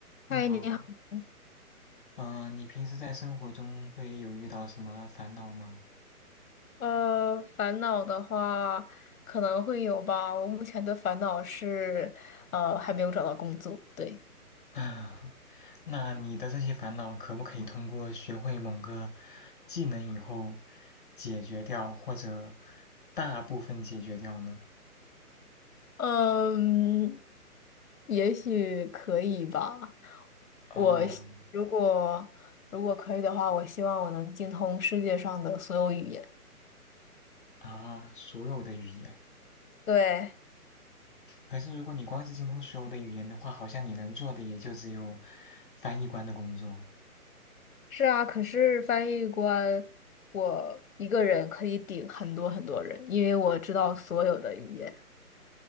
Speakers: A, on the left; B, on the left.
A: 你好，
B: 嗨，你好。<laughs>
A: 嗯、你平时在生活中会有遇到什么烦恼吗？
B: 呃，烦恼的话可能会有吧。我目前的烦恼是，呃，还没有找到工作。对，
A: <laughs> 啊，那你的这些烦恼可不可以通过学会某个技能以后解决掉，或者大部分解决掉呢？
B: 嗯，也许可以吧。
A: 哦，
B: 我希如果如果可以的话，我希望我能精通世界上的所有语言。
A: 啊，所有的语言。
B: 对，
A: 可是如果你光是精通所有的语言的话，好像你能做的也就只有翻译官的工作。
B: 是啊，可是翻译官，我一个人可以顶很多很多人，因为我知道所有的语言。